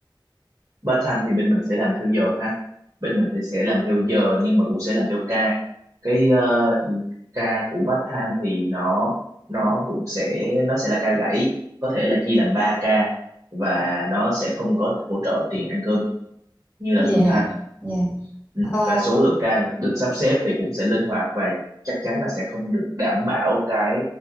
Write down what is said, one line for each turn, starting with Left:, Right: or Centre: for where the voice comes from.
Right: part-time thì bên mình sẽ làm theo giờ ha bên mình thì sẽ làm theo giờ nhưng mà cũng sẽ làm theo ca cái ờ, ca của part-time thì nó nó cũng sẽ nó sẽ là ca gãy có thể là chia làm ba ca và nó sẽ không có hỗ trợ tiền ăn cơm như là
Left: Dạ.
Right: full-time
Left: Dạ.
Right: ừ.
Left: Ờ,
Right: và số lượng ca được sắp xếp thì cũng sẽ linh hoạt và chắc chắn là sẽ không được đảm bảo cái